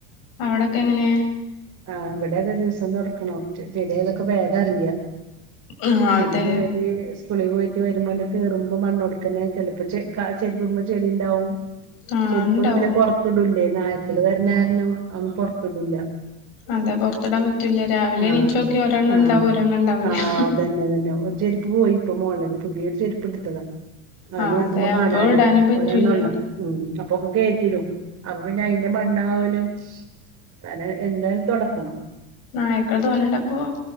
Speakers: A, on the left; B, on the right.
A: അവിടൊക്കെങ്ങനേ
B: ആഹ് ഇവിടെ ഏതാ ദിവസം തുറക്കണോ ജിലേലൊക്കെ വേദറിയാ
A: ആഹ്
B: പിന്നിപ്പോ
A: അതെ
B: വേദീസ് കുളി പോയിട്ട് വരുമ്പണ്ട് കേറുമ്പം മണ്ണോടുക്കനെ ചെലപ്പം ചെ കാ ചെരുപ്പുമ്മേ ചെളീണ്ടാവും
A: ആഹ്
B: ചെരിപ്പൊന്നും
A: ഇണ്ടാവും
B: പിന്നെ പുറത്തിടൂല്ലേ നായക്കല് വരണ കാരണം അന്നും പുറത്തിടൂല്ല
A: അതെ പൊറത്തിടാൻ പറ്റൂല്ല രാവിലെ എണ്ണീറ്റു
B: ആഹ്
A: നോക്കിയാ ഒരെണ്ണം
B: ആഹ്
A: ഉണ്ടാവും ഒരെണ്ണം ഉണ്ടാവൂല്ല
B: ആഹ്
A: ഉഉഹും
B: അതന്നെ തന്നെ ഒരു ചെരുപ്പ് പോയി ഇപ്പൊ മോൾടേത് പുതിയൊരു ചെരുപ്പെടുത്തതാ അത്
A: ആഹ്
B: നോക്കുമ്പോ
A: അതെ
B: കാണാനില്ല
A: അപ്പൊ ഇടാനും പറ്റൂല്ല
B: ഒരെണ്ണം ഒള്ളൊ ഉം അപ്പൊക്കെ കേറ്റിടും അപ്പൊ പിന്നെ അയിന്റെ മണ്ണാകലും അനേ എന്തായാലും തൊടക്കണം
A: നായ്ക്കളെ തോനണ്ടപ്പോ